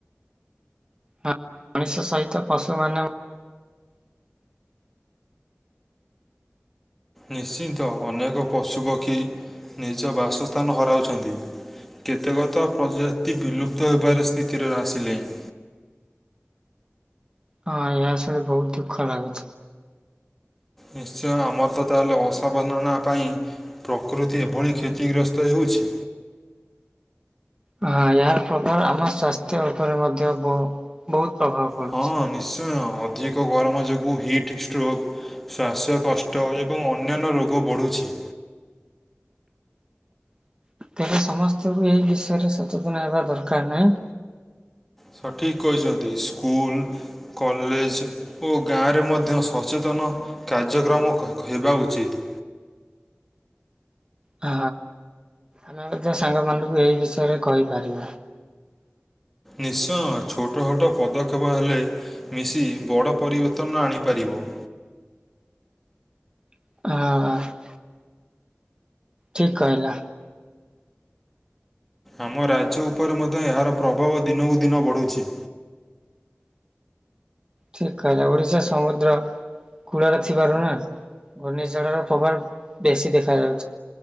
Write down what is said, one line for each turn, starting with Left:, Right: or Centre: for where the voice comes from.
Right: ଆ ମଣିଷ ସହିତ ପଶୁମାନେ
Centre: ନିଶ୍ଚିନ୍ତ। ଅନେକ ପଶୁପକ୍ଷୀ ନିଜ ବାସସ୍ଥାନ ହରାଉଚନ୍ତି। କେତେକତ ପ୍ରଜାତି ବିଲୁପ୍ତ ହେବାର ସ୍ଥିତିରେ ଆସିଲେଇଁ।
Right: ହଁ ଏହା ଶୁଣି ବହୁତ ଦୁଃଖ ଲାଗୁଚି।
Centre: ନିଶ୍ଚୟ ଆମର ତ ତାହାଲେ ଅସାବଧାନା ପାଇଁ ପ୍ରକୃତି ଏଭଳି କ୍ଷତିଗ୍ରସ୍ତ ହେଉଚି।
Right: ହଁ ଏହାର ପ୍ରଭାବ ଆମ ସ୍ୱାସ୍ଥ୍ୟ ଉପରେ ମଧ୍ୟ ବହୁ ବହୁତ ପ୍ରଭାବ। ପଡୁଛି।
Centre: ହଁ ନିଶ୍ଚ ଅଧିକ ଗରମ ଯୋଗୁ ହିଟ୍ ଷ୍ଟ୍ରୋକ୍ ଶ୍ୱାସ କଷ୍ଟ ଏବଂ ଅନ୍ୟାନ୍ୟ ରୋଗ ବଢ଼ୁଚି।
Right: ତେବେ ସମସ୍ତଙ୍କୁ ଏହି ବିଷୟରେ ସଚେତନ ହେବା ଦରକାର ନାଇଁ।
Centre: ହଁ ଠିକ୍ କହିଚନ୍ତି ସ୍କୁଲ, କଲେଜ ଓ ଗାଁରେ ମଧ୍ୟ ସଚେତନ କାର୍ଯ୍ୟକ୍ରମ ହେବା ଉଚିତ୍।
Right: ହଁ ଆମେ ମଧ୍ୟ ସାଙ୍ଗମାନଙ୍କୁ ଏଇ ବିଷୟରେ କହିପାରିବା।
Centre: ନିଶ୍ଚୟ ଛୋଟଛୋଟ ପଦକ୍ଷେପ ହେଲେ ମିଶି ବଡ଼ ପରିବେତନ ଆଣିପାରିବ।
Right: ହଁ। ଠିକ୍ କହିଲ।
Centre: ଆମ ରାଜ୍ୟ ଉପରେ ମଧ୍ୟ ଏହାର ପ୍ରଭାବ ଦିନକୁ ଦିନ ବଢ଼ୁଚି।
Right: ଠିକ୍ କହିଲ ଓଡ଼ିଶା ସମୁଦ୍ର କୂଳରେ ଥିବାରୁ ନା ଘୁର୍ଣ୍ଣିଝଡର ପ୍ରଭାବ ବେଶୀ ଦେଖାଯାଉଚି।